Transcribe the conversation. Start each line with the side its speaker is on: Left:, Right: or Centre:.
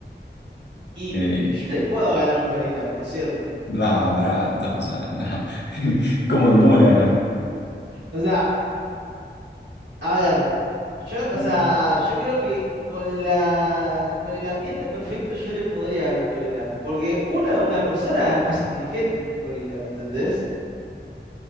Right: Y
Left: Eh,
Right: yo le puedo ganar a un gorila, por cierto.
Left: nada, pará, te está pasando. <laughs> ¿Cómo, cómo le ganas?
Right: O sea, a ver, yo, o
Left: Mm.
Right: sea, yo creo que con la, con el ambiente perfecto yo le podría ganar a un gorila, porque una, una persona es más inteligente que un gorila, ¿me entendés?